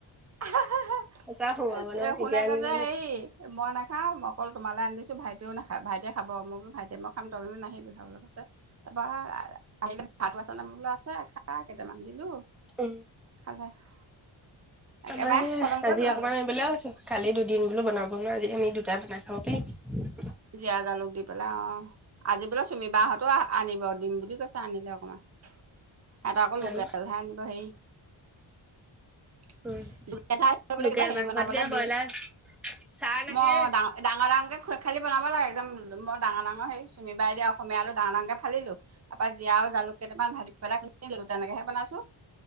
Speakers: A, on the right; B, in the centre.
A: আ হা হা
B: পইচা সোমাব নহয় তেতিয়া
A: শুনে
B: আনিম
A: কৈছে হেৰি মই নাখাওঁ অকল তোমালৈ আনি দিছোঁ। ছো ভাইটিও নাখায়, ভাইটিয়ে খাব মই বোলো ভাইটিয়ে মইয়ে খাম ত‌ই কিন্তু নাহিবি খাবলে কৈছে। তাৰপা আহিলে ভাত‌ও আছে নে মোলে মই বোলে আছে খা কেইটামান দিলোঁ
B: উম!
A: <unintelligible>
B: আমাৰ সেয়ে
A: খতম কৰি
B: আজি
A: পেলালো
B: অকনমান এই <unintelligible> কালি দুদিন বোলো বনাব নোৱাৰ আজি আমি দুটি জাত নাখাওঁতেই
A: জীয়া, জালোক দি পেলাই অঁ! আজি বোলে চুমীবাহঁতো আ-আনিব, দিম বুলি কৈছে আনিলে অকনমান, সিহঁতৰ আকৌ
B: জানো
A: লোকেলহে আনিব হেৰি <unintelligible>
B: উম,
A: কিবা
B: লোকেল
A: হেৰি
B: মাংসতকে
A: বনাবলৈ বিল
B: ব্ৰইলাৰ ছাৰ নাহে।
A: মই ডাঙ-ডাঙৰ-ডাঙৰকে খো খালি বনাব লাগে একদম মত ডাঙৰ-ডাঙৰ হেৰি চুমি বাই দিয়া অসমীয়া আলু ডাঙৰ-ডাঙৰকে ফালিলো তাৰপৰা জীয়াও আৰু জালুক কেইটামান ভাজি পেলাই <unintelligible> তেনেকেহে বনাইছো